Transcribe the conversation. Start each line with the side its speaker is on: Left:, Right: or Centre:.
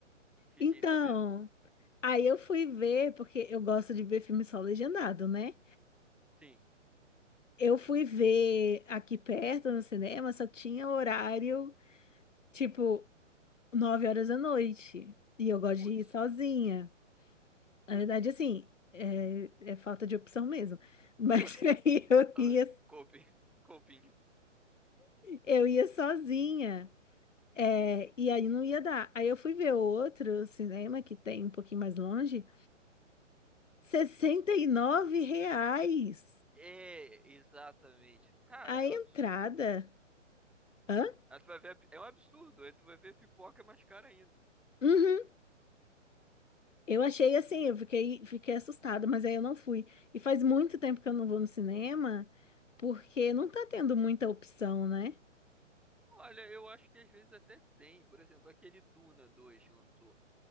Centre: Fiquei
Left: Então,
Centre: sabendo.
Left: aí eu fui ver, porque eu gosto de ver filme só legendado, né?
Centre: Sim.
Left: Eu fui ver aqui perto no cinema, só tinha horário. tipo, nove horas da noite. E eu gosto
Centre: Putz,
Left: de ir sozinha.
Centre: putz.
Left: Na verdade, assim, é, é falta de opção mesmo. Mas
Centre: <laughs> Ok.
Left: <laughs> aí eu
Centre: Ah,
Left: ia,
Centre: Coping, coping.
Left: eu ia sozinha. É, e aí não ia dar. Aí eu fui ver outro cinema que tem um pouquinho mais longe. sessenta e nove reais
Centre: É, exatamente. Cara,
Left: a
Centre: é
Left: entrada.
Centre: um absurdo.
Left: Hã?
Centre: Aí tu vai ver, a pi- é um absurdo. Aí tu vai ver a pipoca é mais cara ainda.
Left: Uhum. Eu achei assim, eu fiquei, fiquei assustada, mas aí eu não fui. E faz muito tempo que eu não vou no cinema, porque não tá tendo muita opção, né?
Centre: Olha, eu acho que às vezes até tem. Por exemplo, aquele Duna dois que lançou.